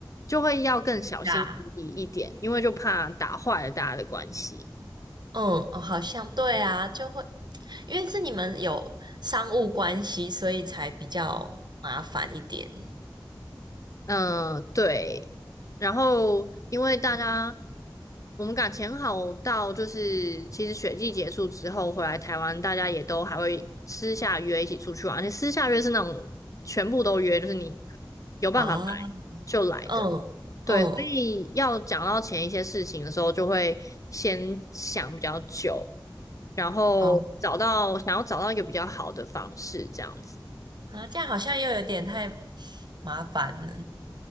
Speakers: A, on the left (about 40°); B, on the right (about 60°).
A: 就会要更小心翼翼一点，
B: 啊，
A: 因为就怕打坏了大家的关系。
B: 嗯，哦，好像对啊，就会，因为是你们有商务关系，所以才比较麻烦一点
A: 嗯，对。然后因为大家我们感情好到，就是其实雪季结束之后回来台湾，大家也都还会私下约一起出去玩，而且私下约是那种全部都约，就是你有办法来
B: 啊。
A: 就来的。
B: 嗯嗯，
A: 对，所以要讲到前一些事情的时候，就会先想比较久，然后找到想要找到一个比较好的方式，
B: 哦，
A: 这样子。
B: 啊，这样好像又有点太麻烦了。